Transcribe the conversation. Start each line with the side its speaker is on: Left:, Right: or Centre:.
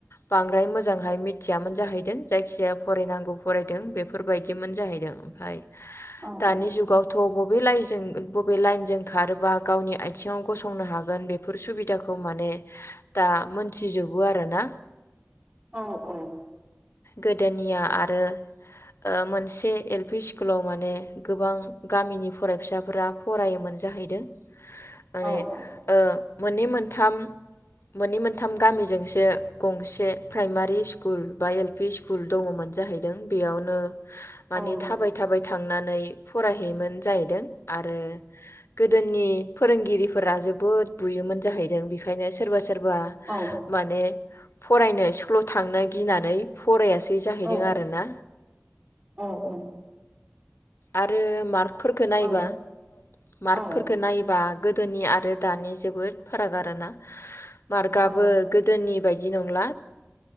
Left: बांद्राय मोजांहाय मिथियामोन जाहैदों जायखिजाया फरायनांगौ फरायदों बेफोरबायदि बिदिमोन जाहैदों ओम
Right: औ
Left: दानि जुगावथ' लाइ बबे लाइनजों खारोबा गावनि आथिंआव गसं संनो हागोन बेफोर सुबिदाखौ माने दा मोनथिजोबो आरोना
Right: औ औ
Left: गोदोनिया आरो ओ मोनसे एल पि स्कुलाव माने गोबां गामिनि फरायफिसाफोरा फरायोमोन जाहैदों माने
Right: औ औ
Left: ओ मोननै मोनथाम मोननै मोनथाम गामिजोंसो गंसे प्राइमारि स्कुल बा एल पि स्कुल दङमोन जाहैदों बेयावनो
Right: औ
Left: माने थाबाय
Right: औ
Left: थाबाय थांनानै फरायहैयोमोन जाहैदों आरो गोदोनि फोरोंगिरि फोर जोबोद बुयोमोन जाहैदों बेनिखायनो सोरबा सोरबा बे
Right: औ
Left: माने फरायनो स्कुलाव थांनो गिनानै फरायासै बि जाहैदों
Right: औ
Left: आरोना
Right: औ औ
Left: आरो मार्कफोरखौ नायबा
Right: औ
Left: मार्कफोरफोरखौ
Right: औ
Left: नायोबा गोदोनि आरो दानि जोबोद फाराग आरोना मार्कआबो
Right: औ
Left: गोदोनि बायदि बिदि नंला